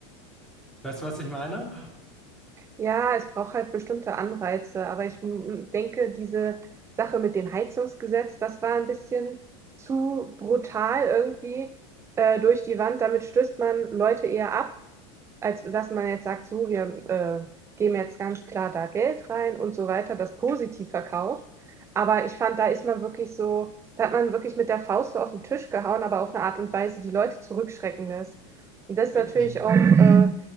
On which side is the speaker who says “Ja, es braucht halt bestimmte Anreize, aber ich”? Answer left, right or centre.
Right